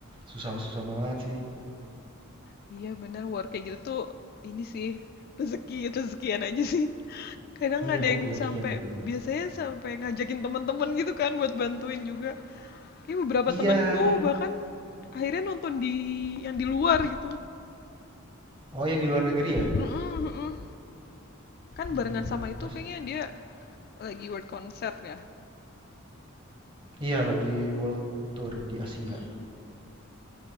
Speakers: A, on the right (about 25°); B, on the left (about 45°).
A: Susah-susah banget sih.
B: Iya bener, war kayak gitu tuh ini sih, rezeki, rezekian aja sih. Kadang
A: Iya,
B: ada
A: hoki-hokian
B: yang sampai,
A: bener-bener.
B: biasanya sampai ngajakin teman-teman gitu kan buat bantuin juga. Ini beberapa
A: Iya.
B: temanku bahkan akhirnya nonton di yang di luar gitu.
A: Oh, yang di luar negeri ya?
B: Mm-mm, mm-mm, Kan
A: Iya,
B: barengan sama itu
A: pas.
B: kayaknya dia lagi world concert ya.
A: Iya, lagi world tour di Asia.
B: mm-mm.